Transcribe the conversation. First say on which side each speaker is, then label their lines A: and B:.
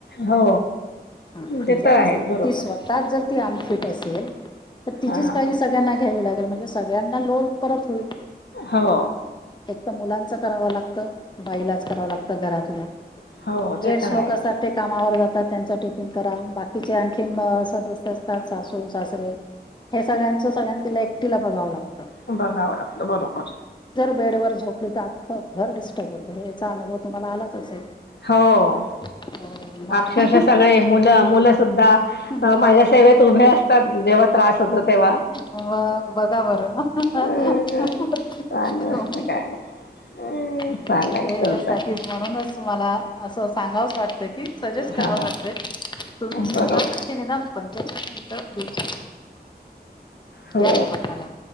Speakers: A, on the left; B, on the left.
A: हो
B: हा
A: ते तर
B: जरच
A: आहे बरोबर.
B: ती स्वतःच जर ती अनफिट असेल. तर तिचीच
A: हा
B: काळजी सगळ्यांना. ठेवावी लागेल म्हणजे सगळ्यांना लोड परत होईल.
A: हो
B: एक तर मुलांच करावं लागतं. बाईलाच करावं लागत घरातल्या.
A: हो ते
B: जेट्स
A: तर आहेच
B: लोक असतात ते कामावर जातात. त्यांचा टिफिन करा बाकीचे आणखी सदस्य असतात सासून सासरे हे सगळ्यांच सगळ्यां. एकटीला बघावं लागतं.
A: बघाव ला आपलं बरोबर.
B: बेड वर झोपली तर अखं घर डिस्टर्ब होतं हे याचा अनुभव तुम्हाला आलाच असेल.
A: हो
B: हो मग
A: अक्षरश सगळे मुलं मुलं सुद्धा
B: मग
A: माझ्या सेवेत उभे असतात जेव्हा त्रास होतो तेव्हा..
B: ब बघा बरं त्ही
A: अ, चालू असतं काय अं
B: तुम्ही
A: चालायचं होतं
B: यासाठीच म्हणूनच मला असं सांगावं वाटतंय सजेस्ट
A: हा
B: करातय तुम्हीव
A: बरोबर
B: निम पं. तर दुस.
A: हो
B: द्या स्वतःला